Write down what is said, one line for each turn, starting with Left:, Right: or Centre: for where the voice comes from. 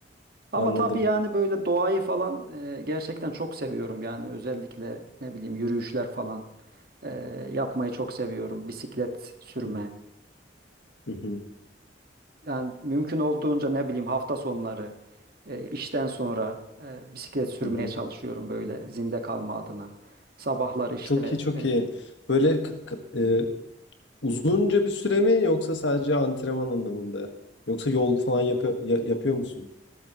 Right: Ama
Left: anladım.
Right: tabii yani böyle doğayı falan eee, gerçekten çok seviyorum. Yani özellikle ne bileyim yürüyüşler falan eee, yapmayı çok seviyorum. Bisiklet sürme.
Left: Hı hı, hı hı.
Right: Yani mümkün olduğunca ne bileyim hafta sonları e, işten sonra e, bisiklet sürmeye
Left: Hı hı.
Right: çalışıyorum böyle zinde kalma adına. Sabahları işte
Left: Çok iyi, çok
Right: e,
Left: iyi. Böyle k- k- e, uzunca bir süre mi yoksa sadece antrenman anlamında? Yoksa yol falan yapıyor, ya- yapıyor musun?